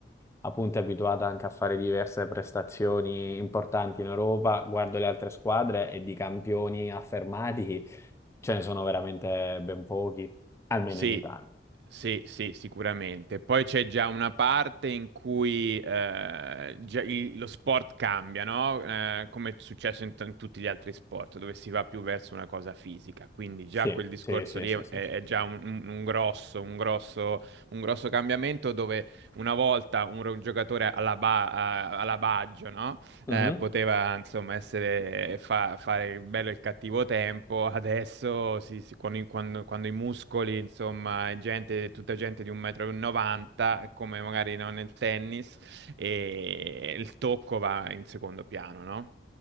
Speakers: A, on the left; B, on the right.
A: appunto è abituata anche a fare diverse prestazioni importanti in Europa, guardo le altre squadre e di campioni affermati <laughs> ce ne sono veramente ben pochi, almeno
B: Sì,
A: in Italia.
B: sì, sì, sicuramente. Poi c'è già una parte in cui eh, già il- lo sport cambia, no? Eh, come è successo in, t- in tutti gli altri sport, dove si va più verso una cosa fisica. Quindi già
A: Sì,
B: quel discorso
A: sì, sì,
B: lì
A: sì,
B: è,
A: sì.
B: è
A: sì.
B: già un, un- un grosso, un grosso, un grosso cambiamento dove una volta un, ro- giocatore alla, ba- a- alla Baggio, no?
A: Mhm.
B: Eh, poteva insomma essere fa- fare il bello e il cattivo tempo, adesso si- si- con i- quando, quando i muscoli, insomma, è gente, tutta gente di 1,90 m, come magari no, nel tennis, e il tocco va in secondo piano, no?